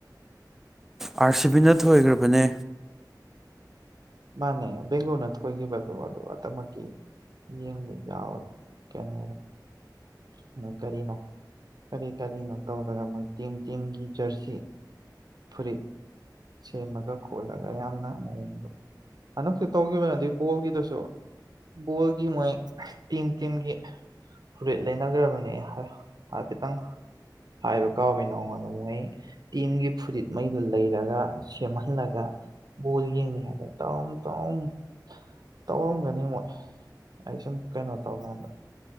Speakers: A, in the centre; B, on the right.
A: ꯑꯥꯔ ꯁꯤ ꯕꯤꯅ ꯊꯣꯏꯒ꯭ꯔꯕꯅꯦ꯫
B: ꯃꯥꯅꯦ ꯕꯦꯡꯒꯂꯣꯔꯅ ꯊꯣꯏꯈꯤꯕꯗꯣ ꯑꯗꯨ ꯑꯃꯛꯀꯤ ꯌꯦꯡꯕ ꯌꯥꯎꯋꯦ ꯀꯩꯅꯣ ꯃꯣꯏ ꯀꯔꯤꯅꯣ ꯀꯔꯤ ꯀꯔꯤꯅꯣ ꯇꯧꯔꯒ ꯃꯣꯏ ꯇꯤꯝ ꯇꯤꯝꯒꯤ ꯖꯔꯁꯤ ꯐꯨꯔꯤꯠ ꯁꯦꯝꯃꯒ ꯈꯣꯠꯂꯒ ꯌꯥꯝꯅ ꯃꯑꯣꯡꯗꯣ꯫ ꯍꯟꯗꯛꯇꯁꯨ ꯇꯧꯈꯤꯕꯅ ꯑꯗꯨ ꯕꯣꯜꯒꯤꯗꯨꯁꯨ ꯕꯣꯜꯒꯤ ꯃꯣꯏ ꯇꯤꯝ ꯇꯤꯝꯒꯤ ꯐꯨꯔꯤꯠ ꯂꯩꯅꯈ꯭ꯔꯕꯅꯦ ꯑꯩ ꯍꯥꯏꯐꯦꯠꯇꯪ ꯍꯥꯏꯕ ꯀꯥꯎꯕꯅ ꯑꯩꯉꯣꯟꯗ ꯃꯣꯏ ꯇꯤꯝꯒꯤ ꯐꯨꯔꯤꯠꯉꯩꯗꯨ ꯂꯩꯔꯒ ꯁꯦꯝꯍꯜꯂꯒ ꯕꯣꯜ ꯌꯦꯡꯅꯤ ꯍꯥꯏꯗ꯫ ꯇꯧꯔꯝ ꯇꯧꯔꯝ ꯇꯧꯔꯝꯒꯅꯤ ꯃꯣꯏ ꯑꯩ ꯁꯨꯝ ꯀꯩꯅꯣ ꯇꯧꯒꯥꯟꯗ꯫